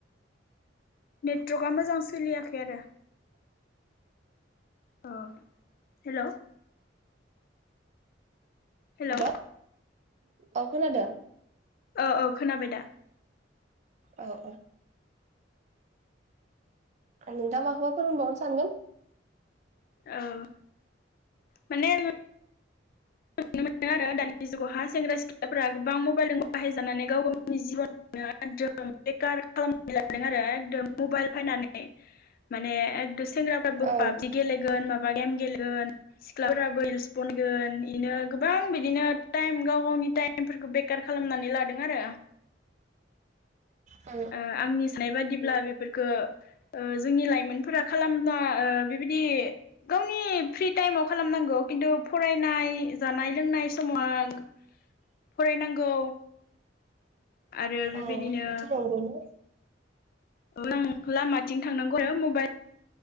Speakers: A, on the left; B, on the right.
A: नेद ट्रकआ मोजां सोलियाखै आरो औ हेलौ हेलौ
B: हेल औ खोनादों
A: औ औ खोनाबाय दा
B: औ औ नों दा माखौबा होनबावनो सानगोन
A: औ माने नुनो मोनदों आरो दानि जुगावहा सेंग्रा सिख्लाफोरा गोबां मबाइलजों बाहायजानानै गाव गाव गावनि जिबननो एकद बेखार खालामनानै लादों आरो एदम मबाइल फायनानै माने सेंग्राफ्राबो
B: औ
A: पाबजि गेलेगोन मा बा गेम गेलेगोन सिख्लाफोराबो रिलस बनायगोन इदिनो गोबां बिदिनो टाइम गाव गावनि टाइमफोरखौ बेकार खालामनानै लादों आरो
B: औ
A: ओ आंनि साननाय बादिब्ला बे फोरखो ओ जोंनि लाइमोनफोरा खालामना ओ बेबायदि गावनि फ्रि टाइमाव खालामनांगौ खिन्थु फरायनाय जानाय लोंनाय समाव फरायनांगौ आरो बेबायदिनो
B: औ बेथ' नंगौनो
A: <unintelligible> लामाथिं थांनांगौ आरो मबाइल